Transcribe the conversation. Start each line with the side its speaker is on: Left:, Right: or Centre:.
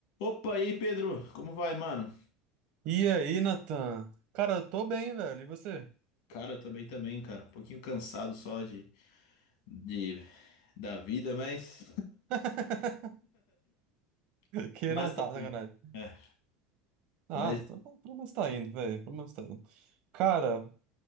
Left: Opa, aí, Pedro? Como vai, mano?
Right: E aí, Natan? Cara, eu tô bem, velho. E você?
Left: Cara, eu também também, cara. Um pouquinho cansado só de, de da vida, mas
Right: <laughs>
Left: <laughs>
Right: Que
Left: mas
Right: não
Left: também.
Right: tá, sacanagem.
Left: É,
Right: Ah,
Left: mas
Right: tá pelo menos tá indo, velho. Pelo menos tá indo. Cara,